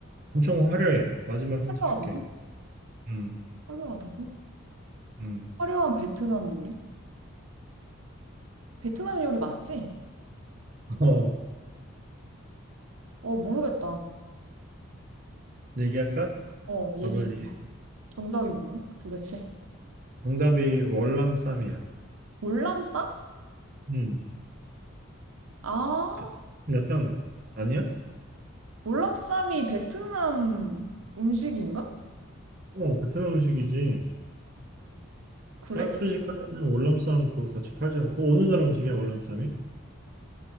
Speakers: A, on the right; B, on the right.
A: 엄청 화려해. 마지막 힌트
B: 화려하다고?
A: 줄게. 음,
B: 화려하다고?
A: 음.
B: 화려한 베트남 요리? 베트남 요리 맞지?
A: 어,
B: 어, 모르겠다.
A: 얘기할까?
B: 어, 얘기해줘.
A: 답을. 얘기해.
B: 정답이 뭐야? 도대체?
A: 정답이 월남쌈이야.
B: 월남쌈?
A: 음,
B: 아,
A: 베트남잖아 아니야?
B: 월남쌈이 베트남 음식인가?
A: 어, 베트남 음식이지.
B: 그래?
A: 싹수식 하면 월남쌈 그거 같이 팔잖아. 그거 어느 나라 음식이야, 월남쌈이?